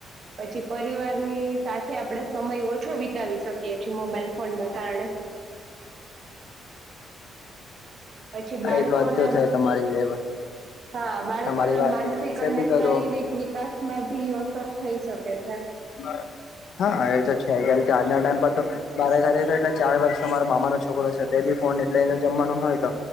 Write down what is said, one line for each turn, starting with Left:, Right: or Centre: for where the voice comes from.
Right: પછી પરિવારની સાથે આપડે સમય ઓછો વિતાવી શકીએ છે. મોબાઈલ ફોનના કારણે પછી બાળકોના
Left: એ જ વાત તો છે તમારી એ
Right: હા, બાળકોના
Left: તમારી વાત
Right: માનસિક
Left: એક્સેપ્ટ
Right: અને
Left: બી કરો
Right: શારીરિક વિકાસમાં ભી અસર થઈ શકે છે.
Left: <inaudible> હા, એ તો છે. કેમ કે આજના ટાઈમ પર તો મારે ઘરે તો એટલે ચાર વર્ષનો મારો મામાનો છોકરો છે તે બી ફોન એટલે એને જમવાનું હોય તો